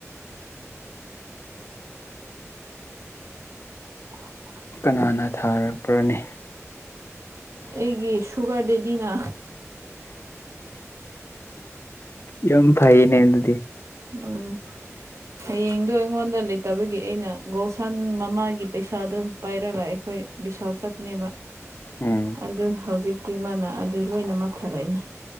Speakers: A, on the right; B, on the left.
A: <unintelligible> <inaudible>
B: ꯀꯅꯥꯅ ꯊꯥꯔꯛꯄ꯭ꯔꯅꯤ
A: ꯑꯩꯒꯤ ꯁꯨꯒꯔꯗꯦꯗꯤꯅ
B: ꯌꯥꯝ ꯐꯥꯏꯌꯦꯅꯦ ꯑꯗꯨꯗꯤ
A: ꯎꯝ ꯍꯌꯦꯡꯗꯣ ꯑꯩꯉꯣꯟ ꯗ ꯂꯩꯇꯕꯒꯤ ꯑꯩꯅ ꯒꯣꯜꯁꯟ ꯃꯃꯥꯒꯤ ꯄꯩꯁꯥꯗꯨ ꯄꯥꯏꯔꯒ ꯑꯩꯈꯣꯏ ꯕꯤꯁꯥꯜ ꯆꯠꯄꯅꯦꯕ
B: ꯎꯝ
A: ꯑꯗꯨ ꯍꯧꯖꯤꯛꯇꯤ ꯃꯥꯅ ꯑꯗꯨ ꯂꯣꯏꯅꯃꯛ ꯊꯔꯛꯏꯅꯦ